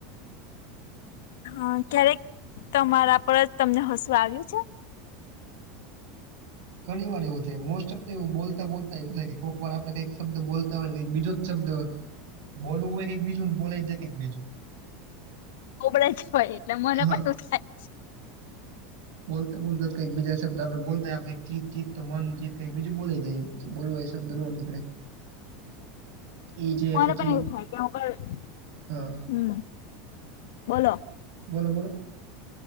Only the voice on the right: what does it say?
ઘણી વાર એવું થાય મોસ્ટ ઓફ એવું બોલતા બોલતા એવું થાય કે કોક વાર આપણે કઈક શબ્દ બોલ તા હોય બીજો જ શબ્દ બોલવું હોય કક બીજુંને બોલાય જાય ક બીજું
હા
બોલતા બોલતા કંઈક બીજા શબ્દ આપણે બોલતા ચીત ચીત તો મન ચીત કઈ બીજું બોલા જાય બોલવા એ શબ્દ ન નીકળે એ જે
પછી
હા
બોલો બોલો?